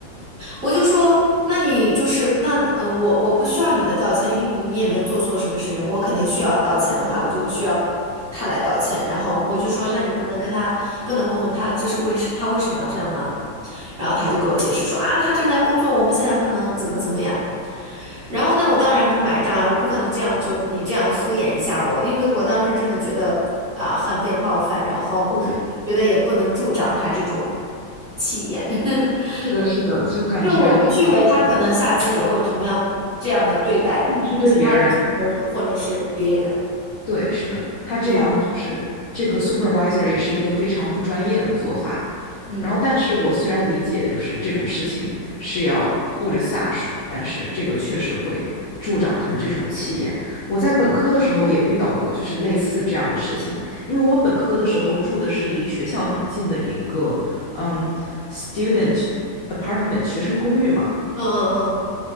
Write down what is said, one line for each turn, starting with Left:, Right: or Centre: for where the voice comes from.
Right: 我就说，那你就是那嗯，我我不需要你的道歉，因为你你也没有做错什么事情，我肯定需要道歉的话，我就需要他来道歉。然后我就说，
Left: 嗯，是的，
Right: 那你不能跟他，不能问问他这是为什，他为什么要这样吗？然后他就给我解释说啊，他正在工作，我们现在不能怎么怎么样。然后呢，我当然不买账啊，我不可能这样就你这样敷衍一下我，因为我当时真的觉得啊、很被冒犯，然后我觉得也不能助长他这种
Left: 对，
Right: 气焰，<laughs>
Left: 是的，是的，就感觉这个事情，
Right: 就我不去为他可能下次也会同样这样的对待其他的中国人或者是别人，
Left: 特别是对别人。对，是的，他这样就是这个
Right: 嗯
Left: supervisor 也是一个非常不专业的做法。
Right: 嗯
Left: 然后，但是我虽然理解就是这种事情是要护着下属，但是这个确实会助长他们这种气焰。我在本科的时候也遇到过，
Right: 嗯
Left: 就是类似这样的事情。因为我本科的时候住的是离学校很近的一个嗯 student apartment 学生公寓嘛，
Right: 嗯嗯